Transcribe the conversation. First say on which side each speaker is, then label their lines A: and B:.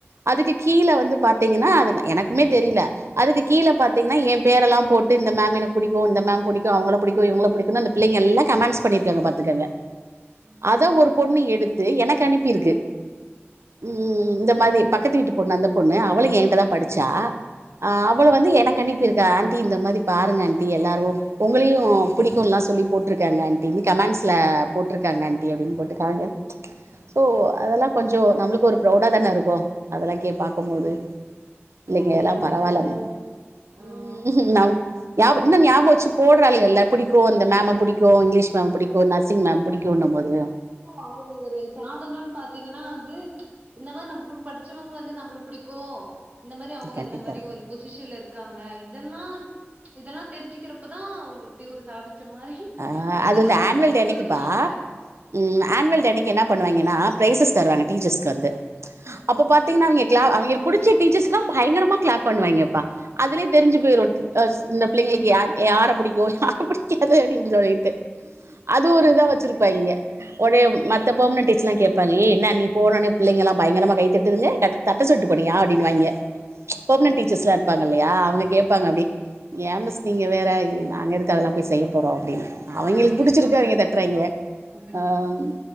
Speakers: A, on the right; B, on the right.
A: அதுக்கு கீழ வந்து பாத்தீங்கன்னா அதுன எனக் கீழ அதுக்கு கீழ பாத்தீங்கன்னா ஏன் பேரெல்லா போட்டு இந்த மேம் எனக்கு பிடிக்கும் இந்த மேம் புடிக்கும் அவங்கள புடிக்கும்
B: ம்
A: இவங்கள புடிக்குனு அந்த பிள்ளைங்க எல்லா கமெண்ட்ஸ் பண்ணிருக்காங்க பாத்துக்கங்க
B: ம்
A: அத ஒரு பொண்ணு எடுத்து எனக்கு அனுப்பிருக்கு ம் இந்த மாதி பக்கத்து வீட்டு பொண்ணு அந்த பொண்ணு அவளு ஏன்கிட்டதா படிச்சா ஆ
B: ம்
A: அவள வந்து எனக்கனிப்பிருக்கா ஆன்ட்டி இந்த மாரி பாருங்க ஆன்ட்டி எல்லாரு உங்களையு புடிக்குலா சொல்லி போட்ருக்காங்க ஆன்ட்டினு கமண்ட்ஸ்ல போட்ருக்காங்க ஆன்ட்டி அப்டின்னு போட்டுக்காமிக்கா
B: ம்
A: சோ அதெல்லா கொஞ்சோ நம்மளுக்கு ஒரு ப்ரௌடா தான இருக்கூ அதெல்லா கே பாக்கும் போது
B: ம்
A: பிள்ளைங்க
B: ஹாப்பியாவு
A: எல்லா பரவாலம்
B: இருக்கு ஆ
A: ம் நம் ஞாபு இன்னு ஞாபு வச்சு போடுறாளுகல்ல புடிக்கு இந்த மேம புடிக்கு இங்க்லீஷ் மேம் பிடிக்கு நர்சிங் மேம் பிடிக்குண்ண மோது
B: போ அவுங்க ஒரு சாதன பாத்தீங்கனா வந்து இந்த மாரி நம்மு கூட் படிச்சவங்க வந்து நம்ள புடி கோ இந்த மாரி அவுங்க
A: கண்டிப்பா
B: இந்த மாரி ஒரு பொசிஷன்ல இருக்காங்க இதெல்லா இதெல்லா தெரிஞ்சுக்கிறப்ப தா இப்டி ஒரு சாதிச்ச மாரி
A: ஆ
B: ஒரு
A: அது
B: சிலவங்க
A: வந்து ஆன்வல்
B: அப்டி
A: டே அன்னைக்கி
B: சொல்லுவாங்க
A: பா ம் ஆன்வல் டே அன்னைக்கு என்ன பண்ணுவாய்ங்கனா ப்ரைசஸ் தருவாங்க டீச்ஜர்ஸ்கு வந்து
B: ம்
A: அப்போ பாத்தீங்ன்னா அவீய்ங்க க்ளா அவீய்ங்க புடிச்ச டீச்சர்ஸ்குலா பயங்கரமா க்ளாப் பண்ணுவாய்ங்க பா அதுலே தெரிஞ்சு
B: ஆ
A: போய்ரு அஸ் இந்த பிள்ளைங்குளுக்கு
B: ஆமா
A: யா
B: ஆமா
A: யார பிடிக்கு யார புடிக்காது அப்டீன் சொல்லிட்டு அது ஒரு இதா வச்சிருப்பாய்ங்க ஒரே மத்த
B: ம்
A: பேர்ம்ன டீச்லா கேப் பாங்க ஏ என்ன நீ போனோனே பிள்ளைங்கெலா பயங்கரமா கை தட்டுதுங்க கட் தட்ட சொல்ட்டு போனியா அப்டினுவாய்ங்க பெர்ம்னன் டீச்சர்ஸ்லா
B: ம்
A: இருப்பாங்க இல்லயா அவுங்க கேப்பாங்க அப்டி ஏன் மிஸ் நீங்க வேற நாங்க எதுக்கு அதெல்லா போய் செய்ய அப்டின்
B: ஆனா
A: அவைங்களுக்
B: ஹாப்பியா
A: புடிச்சிருக்கு
B: இருக்கு அந்த
A: அவீய்ங்க தட்டுறாய்ங்க
B: மூமெண்ட்டு
A: அம்